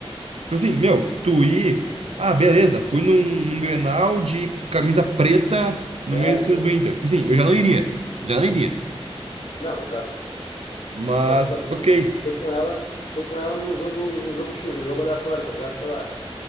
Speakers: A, on the right; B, on the left.
A: assim, meu, tu ir. Ah, beleza, fui num, num Grenal de camisa preta no
B: É,
A: meio
B: pô.
A: do do Inter. Tipo assim, eu já não iria. Já não iria.
B: Não, exato.
A: Mas,
B: Mas, tipo assim,
A: ok.
B: foi com ela, foi com ela num jogo, num jogo X, num jogo aleatório, tá ligado? Sei lá,